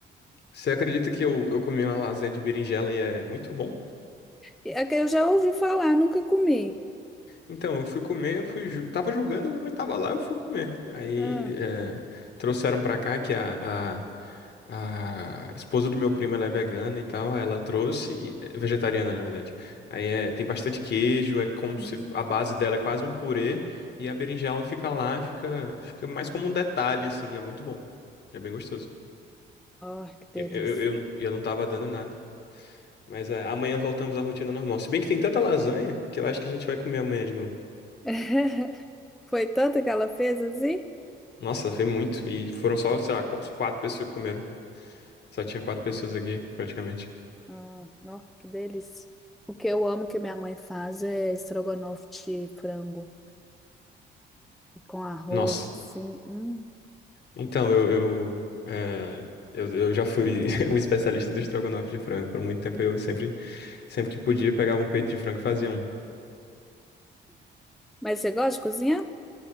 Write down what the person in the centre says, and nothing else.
É que eu já ouvi falar, nunca comi.
Ah,
hum.
Ai, que
delícia.
<laughs> Foi tanta que ela fez assim?
Ah, nó, que delícia. O que eu amo que minha mãe faz é estrogonofe de frango com arroz,
assim. hum.
Mas você gosta de cozinhar?